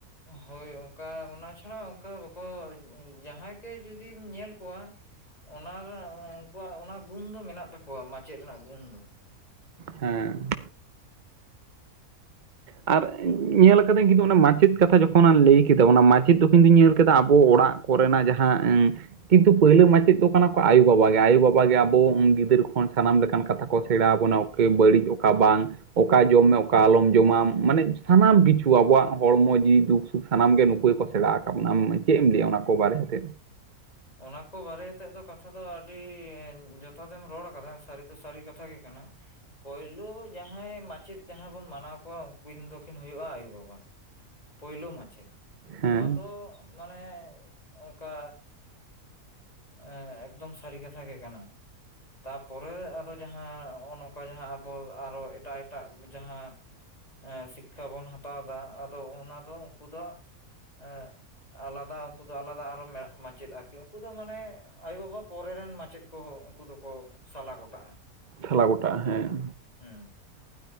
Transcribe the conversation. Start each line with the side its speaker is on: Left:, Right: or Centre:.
Left: ᱦᱳᱭ ᱚᱱᱠᱟ ᱚᱱᱟ ᱪᱷᱟᱲᱟ ᱚᱱᱠᱟ ᱵᱟᱠᱚ ᱡᱟᱦᱟᱸᱭ ᱜᱮ ᱡᱩᱫᱤᱢ ᱧᱮᱞ ᱠᱚᱣᱟ ᱚᱱᱟ ᱩᱱᱠᱩᱣᱟᱜ ᱚᱱᱟ ᱜᱩᱱ ᱫᱚ ᱢᱮᱱᱟᱜ ᱛᱟᱠᱚᱣᱟ ᱢᱟᱪᱮᱫ ᱨᱮᱱᱟᱜ ᱜᱩᱱ ᱫᱚ
Right: ᱦᱮᱸ ᱟᱨ ᱧᱮᱞ ᱟᱠᱟᱫᱟᱹᱧ ᱠᱤᱱᱛᱩ ᱚᱱᱟ ᱢᱟᱪᱮᱫ ᱠᱟᱛᱷᱟ ᱡᱚᱠᱷᱚᱱᱢ ᱞᱟᱹᱭ ᱠᱮᱫᱟ ᱚᱱᱟ ᱢᱟᱪᱮᱫ ᱫᱚ ᱠᱤᱱᱛᱩᱧ ᱧᱮᱞ ᱠᱮᱫᱟ ᱟᱵᱚ ᱚᱲᱟᱜ ᱠᱚᱨᱮᱱᱟᱜ ᱡᱟᱦᱟᱸ ᱠᱤᱱᱛᱩ ᱯᱟᱹᱦᱞᱟᱹ ᱢᱟᱪᱮᱫ ᱫᱚ ᱠᱟᱱᱟ ᱠᱚ ᱟᱭᱳᱼᱵᱟᱵᱟ ᱜᱮ ᱟᱭᱳᱼᱵᱟᱵᱟ ᱜᱮ ᱟᱵᱚ ᱜᱤᱫᱟᱹᱨ ᱠᱷᱚᱱ ᱥᱟᱱᱟᱢ ᱞᱮᱠᱟᱱ ᱠᱟᱛᱷᱟ ᱠᱚ ᱥᱮᱬᱟᱣ ᱟᱵᱚᱱᱟ ᱵᱟᱹᱲᱤᱡ ᱚᱠᱟ ᱵᱟᱝ ᱚᱠᱟ ᱡᱚᱢ ᱢᱮ ᱚᱠᱟ ᱟᱞᱚᱢ ᱡᱚᱢᱟᱢ ᱢᱟᱱᱮ ᱥᱟᱱᱟᱢ ᱠᱤᱪᱷᱩ ᱟᱵᱚᱣᱟᱜ ᱦᱚᱲᱢᱚ ᱡᱤᱣᱤ ᱫᱩᱠ ᱥᱩᱠ ᱥᱟᱱᱟᱢ ᱜᱮ ᱱᱩᱠᱩ ᱜᱮ ᱠᱚ ᱥᱮᱬᱟ ᱟᱠᱟᱫ ᱵᱚᱱᱟ ᱪᱮᱫ ᱮᱢ ᱞᱟᱹᱭᱟ ᱚᱱᱟ ᱠᱚ ᱵᱟᱨᱮ ᱛᱮ
Left: ᱚᱱᱟ ᱠᱚ ᱵᱟᱨᱮ ᱛᱮᱫ ᱫᱚ ᱠᱟᱛᱷᱟ ᱫᱚ ᱟᱹᱰᱤ ᱡᱚᱛᱷᱟᱛ ᱮᱢ ᱨᱚᱲ ᱠᱟᱫᱟ ᱥᱟᱹᱨᱤ ᱫᱚ ᱥᱟᱹᱨᱤ ᱠᱟᱛᱷᱟ ᱜᱮ ᱠᱟᱱᱟ ᱯᱳᱭᱞᱳ ᱡᱟᱦᱟᱸᱭ ᱢᱟᱪᱮᱫ ᱡᱟᱦᱟᱸᱭ ᱵᱚᱱ ᱢᱟᱱᱟᱣ ᱠᱚᱣᱟ ᱩᱱᱠᱤᱱ ᱫᱚᱠᱤᱱ ᱦᱩᱭᱩᱜᱼᱟ ᱟᱭᱳ ᱵᱟᱵᱟ ᱯᱳᱭᱞᱳ ᱢᱟᱪᱮᱫ ᱱᱚᱣᱟ
Right: ᱦᱮᱸ
Left: ᱫᱚ ᱢᱟᱱᱮ ᱚᱱᱠᱟ ᱮᱸᱻ ᱮᱠᱫᱚᱢ ᱥᱟᱹᱨᱤ ᱠᱟᱛᱷᱟ ᱜᱮ ᱠᱟᱱᱟ ᱛᱟᱯᱚᱨᱮ ᱟᱫᱚ ᱡᱟᱦᱟᱸ ᱱᱚᱜᱼᱚᱭ ᱱᱚᱝᱠᱟ ᱡᱟᱦᱟᱸ ᱟᱵᱚ ᱟᱨᱦᱚ ᱮᱴᱟᱜ ᱮᱴᱟᱜ ᱡᱟᱦᱟᱸ ᱮᱸ ᱥᱤᱠᱷᱟ ᱵᱚᱱ ᱦᱟᱛᱟᱣ ᱫᱟ ᱟᱫᱚ ᱚᱱᱟ ᱫᱚ ᱩᱱᱠᱩ ᱫᱚ ᱮᱸ ᱟᱞᱟᱫᱟ ᱩᱱᱠᱩ ᱫᱚ ᱟᱞᱟᱫᱟ ᱟᱨᱦᱚ ᱢᱟᱪᱮᱫ ᱟᱠ ᱩᱱᱠᱩ ᱫᱚ ᱢᱟᱱᱮ ᱟᱭᱳ ᱵᱟᱵᱟ ᱯᱚᱨᱮ ᱨᱮᱱ ᱢᱟᱪᱮᱫ ᱠᱚᱦᱚᱸ ᱩᱱᱠᱩ ᱫᱚᱠᱚ ᱥᱟᱞᱟ ᱜᱚᱴᱟᱜᱼᱟ
Right: ᱪᱷᱟᱞᱟ ᱜᱚᱴᱟᱜᱼᱟ ᱦᱮᱸ
Left: ᱦᱩᱸ